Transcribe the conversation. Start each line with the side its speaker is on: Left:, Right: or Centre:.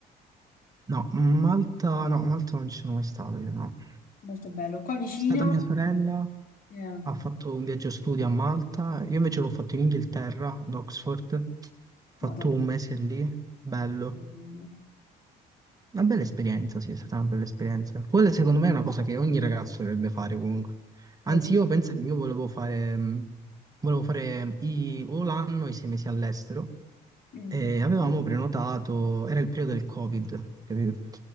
Right: No, Malta, no, Malta non ci sono mai stato io, no. È
Left: molto bello. Qua vicino,
Right: stata mia sorella,
Left: eh,
Right: ha fatto un viaggio studio a Malta, io invece l'ho fatto in Inghilterra, ad Oxford, ho fatto
Left: vado,
Right: un mese lì, bello.
Left: mm,
Right: Una bella esperienza, sì, è stata una bella esperienza. Quella secondo me è una cosa che ogni ragazzo dovrebbe fare comunque.
Left: viaggio.
Right: Anzi, io penso che io volevo fare, mh, volevo fare i- o l'anno o i sei mesi all'estero,
Left: Mm.
Right: e avevamo prenotato, era il periodo del Covid, capito?